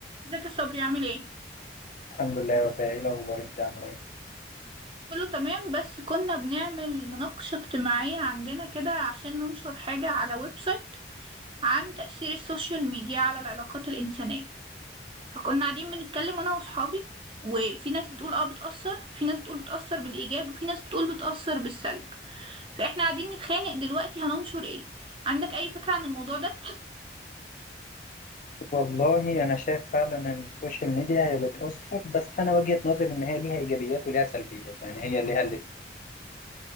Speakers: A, on the right; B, on the left.
A: ازيك يا صبري عامل ايه؟
B: الحمد لله يا وفاء ايه الاخبار انت عامله ايه
A: كله تمام بس كنا بنعمل مناقشة اجتماعية عندنا كده عشان ننشر حاجة على ويب سايت عن تأثير السوشيال ميديا على العلاقات الإنسانية فكنا قاعدين بنتكلم أنا وأصحابي وفي ناس بتقول اه بتأثر في ناس بتقول بتأثر بالإيجاب وفي ناس بتقول بتأثر بالسلب فإحنا قاعدين نتخانق دلوقتي هننشر ايه؟ عندك أي فكرة عن الموضوع ده؟
B: والله انا شايف فعلا ان السوشيال ميديا هي بتاثر بس انا وجهه نظري ان هي ليها ايجابيات وليها سلبيات يعني هي ليها الاثنين